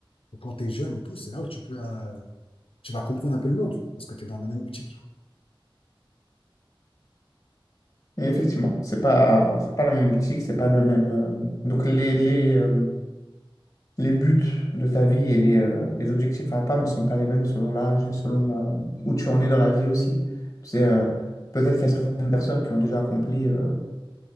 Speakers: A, on the left (about 90°); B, on the left (about 35°).
A: Et Quand t'es jeune et tout, c'est là où tu peux, euh, tu vas comprendre un peu le monde parce que t'es dans la même optique.
B: Et effectivement, c'est pas, c'est pas la même optique, c'est pas le même. euh, donc, les, les, euh, les buts de ta vie et les, euh, les objectifs à atteindre ne sont pas les mêmes selon l'âge et selon euh, où tu en es dans la vie aussi. Tu sais, euh, peut-être qu'il y a certaines personnes qui ont déjà accompli. euh,